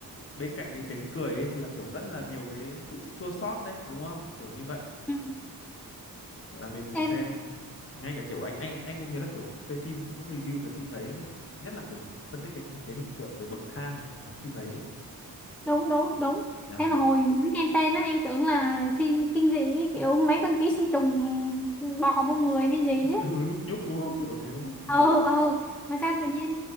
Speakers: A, on the left; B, in the centre.
A: bên cạnh cái tiếng cười ấy thì là kiểu rất là nhiều cái sự chua xót đấy, đúng không? Kiểu như vậy.
B: ừ.
A: Là mình mình
B: Em,
A: xem ngay cả kiểu anh anh anh anh cũng như là kiểu phê phim cũng review cái phim đấy, nhất là kiểu phân tích cái cái, cái hình tượng về bậc thang ở trong phim đấy ấy.
B: đúng, đúng, đúng.
A: Nhờ.
B: Em mà hồi mới nghe tên á, em tưởng là phim kinh dị cái kiểu mấy con ký sinh trùng bò vô người hay gì
A: <laughs>
B: chứ.
A: Ừ, lúc nhúc đúng không? Kiểu thế đúng không? Ừ.
B: ừ ừ mà sao tự nhiên